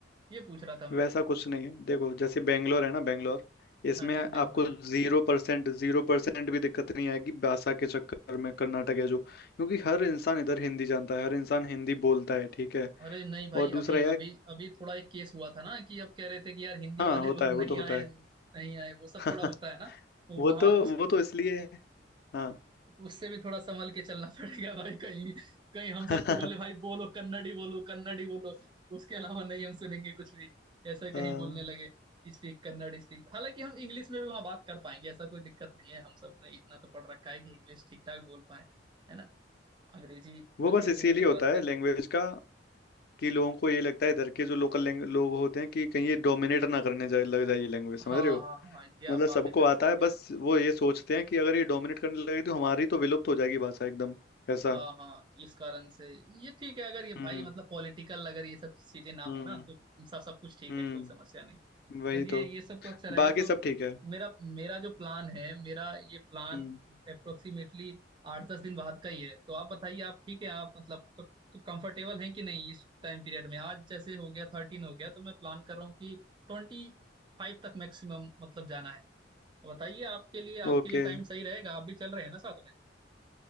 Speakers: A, on the right (about 25°); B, on the left (about 55°).
A: ये पूछ रहा था मैं
B: वैसा कुछ नहीं है देखो जैसे बेंगलोर है ना बेंगलोर इसमें
A: हाँ जी
B: आपको
A: बैंगलोर
B: जीरो परसेंट जीरो परसेंट भी दिक्कत नहीं आएगी भाषा के चक्कर में कर्नाटक है जो क्योंकि हर इंसान इधर हिंदी जानता है हर इंसान हिंदी बोलता है ठीक है
A: अरे नहीं भाई
B: और दूसरा
A: अभी
B: यह
A: अभी अभी थोड़ा एक केस हुआ था ना कि अब कह रहे थे कि यार हिंदी
B: हाँ
A: वाले
B: होता
A: लोग
B: है वो
A: नहीं
B: तो होता
A: आए
B: है
A: नहीं आए वो सब
B: <laughs>
A: थोड़ा होता है ना वो
B: वो
A: वहां
B: तो
A: उस
B: वो तो इसलिए है हाँ
A: उससे भी थोड़ा संभल के चलना <laughs> पड़ेगा भाई कहीं कहीं हम
B: <laughs>
A: सबको
B: हाँ,
A: बोले भाई बोलो कन्नड़ी बोलो कन्नड़ी बोलो उसके अलावा नहीं हम सुनेंगे कुछ भी ऐसा
B: हाँ।
A: कहीं बोलने लगे स्पीक कन्नड़ स्पीक हालांकि हम इंग्लिश में भी वहां बात कर पाएंगे ऐसा कोई दिक्कत नहीं है हम सब ने इतना तो पढ़ रखा है कि इंग्लिश ठीक ठाक बोल पाए है ना अंग्रेजी
B: वो
A: अंग्रेजी
B: बस इसीलिए
A: में भी
B: होता
A: बात कर
B: है लैंग्वेज
A: लेंगे
B: का कि लोगों को ये लगता है इधर के जो लोकल लोग होते हैं कि कहीं ये डोमिनेट ना करने जाए लग जाए ये लैंग्वेज
A: हाँ
B: समझ रहे हो
A: हाँ हाँ ये आप
B: मतलब
A: बात
B: सबको
A: एकदम सही
B: आता
A: कह
B: है
A: रहे
B: बस
A: हो
B: वो ये सोचते हैं कि अगर ये डोमिनेट करने लगेगी तो हमारी तो विलुप्त हो जाएगी भाषा एकदम ऐसा
A: हाँ हाँ इस कारण से ये ठीक है अगर ये
B: हम्म
A: भाई मतलब पॉलिटिकल अगर ये सब चीजें ना
B: हम्म
A: हो ना तो सब सब कुछ ठीक
B: हम्म
A: है कोई समस्या नहीं
B: वही
A: चलिए
B: तो
A: ये सब तो अच्छा रहेगा
B: बाकी
A: तो
B: सब ठीक है
A: मेरा मेरा जो प्लान है मेरा ये प्लान
B: हम्म
A: अप्रोक्सीमेटली आठ दस दिन बाद का ही है तो आप बताइए आप ठीक है आप मतलब कंफर्टेबल हैं कि नहीं इस टाइम पीरियड में आज जैसे हो गया थर्टीन हो गया तो मैं प्लान कर रहा हूँ कि ट्वेंटी फाइव तक मैक्सिमम मतलब जाना है तो बताइए आपके लिए आपके
B: ओके
A: लिए टाइम सही रहेगा आप भी चल रहे हैं ना साथ में